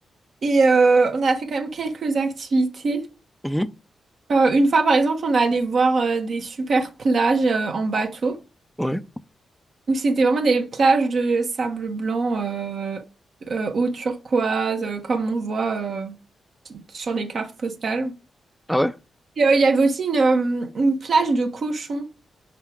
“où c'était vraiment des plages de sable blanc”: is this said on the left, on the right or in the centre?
Right